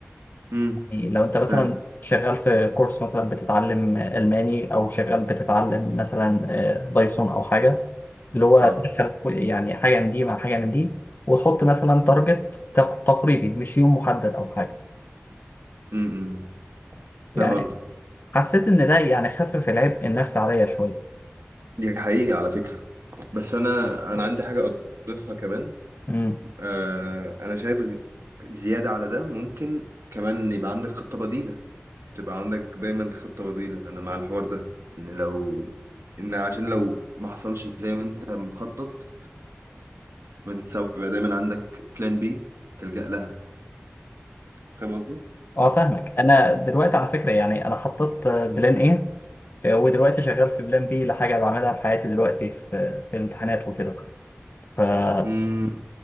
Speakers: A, on the right; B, on the left.
A: امم
B: يعني لو انت مثلا
A: فاهم
B: شغال في كورس مثلا بتتعلم الماني او شغال بتتعلم مثلا آه، بايثون او حاجه اللي هو
A: اه
B: تدخل كل- يعني حاجه من دي مع حاجه من دي وتحط مثلا تارجت تق- تقريبي مش يوم محدد او حاجه
A: امم أمم. فاهم
B: يعني
A: قصدك
B: حسيت ان ده يعني خفف العبء النفسي عليا شويه
A: دي حقيقة على فكرة بس انا انا عندي حاجة اضيفها كمان
B: امم
A: آه انا شايف غ- زيادة على ده ممكن كمان يبقى عندك خطة بديلة تبقى عندك دايما خطة بديلة انا مع الحوار ده ان لو ان عشان لو ما حصلش زي ما انت مخطط ما تتسوي يبقى دايما عندك بلان بي تلجأ لها فاهم قصدي؟
B: اه فاهمك انا دلوقتي على فكره يعني انا حطيت آه، بلان ايه آه، ودلوقتي شغال في بلان بي لحاجه بعملها في حياتي دلوقتي في في الامتحانات وكده فاللي
A: امم